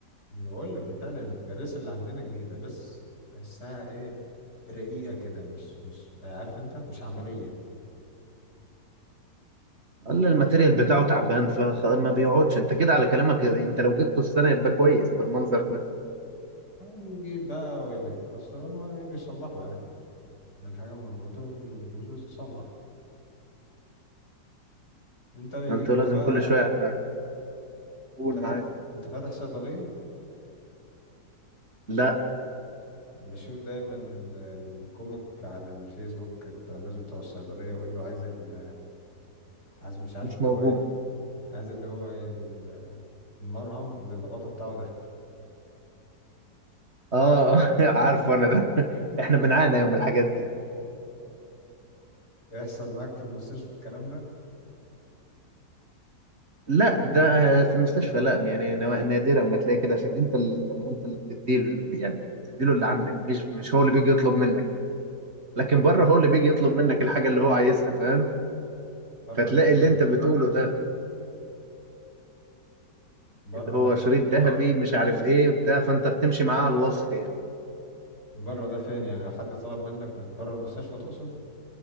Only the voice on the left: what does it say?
انا بقول لك يا فعلا المدارس اللي عندنا جديدة بس تحسها ايه رقيقة كده مش مش عارف انت مش عملية
يجي بقى واللي بيكسروا ما بيصلحوا يعني ما الحاجة موجودة واللي بتبوظ بتتصلح انت بيجيلكم
بقى
انت فاتح
انت فاتح صيدلية
بشوف دايما الكوميك على الفيسبوك بتاع الناس بتوع الصيدلية يقول له عايز ال... عايز مش عارف
اللي
هو ايه عايز اللي هو إيه ال- المرهم اللي الغطا بتاعه ده
<laughs> يحصل معاك في المستشفى الكلام ده
بره
ده فين
بره
ده فين
بره ده فين يعني لو حد طلب منك من بره المستشفى تقصد